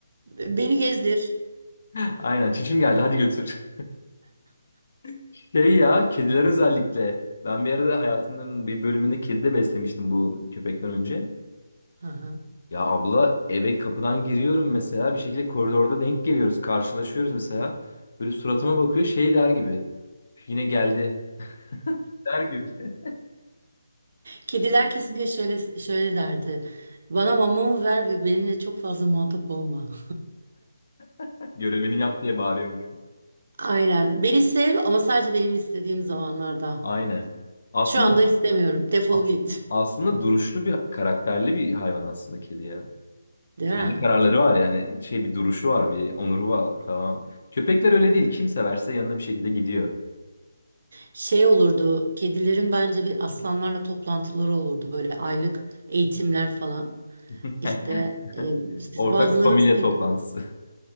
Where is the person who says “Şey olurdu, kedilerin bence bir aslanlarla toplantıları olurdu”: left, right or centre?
Right